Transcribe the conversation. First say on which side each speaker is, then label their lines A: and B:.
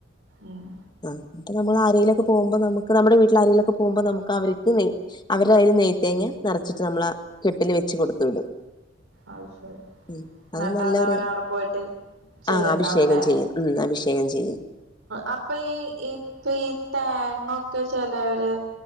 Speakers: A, on the right; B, on the left.
A: ഏഹ്
B: ആഹ് ഇഞ് ഇപ്പ നമ്മള് അരേലൊക്കെ പോകുമ്പോ നമ്ക്ക് നമ്മുടെ വീട്ടില് ആരേലൊക്കെ പോകുമ്പോ നമ്ക്ക് അവര്ക്ക് നെ അവര്ടെ കയ്യില് നെയ്ത്തേങ്ങ നെറച്ച്ട്ട് നമ്മളാകെട്ടില് വെച്ച് കൊട്ത്ത് വിടും.
A: ആവു ശെരി.
B: ഉം അത്
A: ന്നട്ട്
B: നല്ലൊരു
A: അത്‌ അവര് അവ്ടെ പോയിട്ട് ചെയ്യ്ണ്ടാവുംല്ലേ.
B: ആഹ് അഭിഷേകം ചെയ്യും ഉം അഭിഷേകം ചെയ്യും
A: അപ്പ ഈ ഇപ്പ ഈ തേങ്ങൊക്കെ ചെലോര്.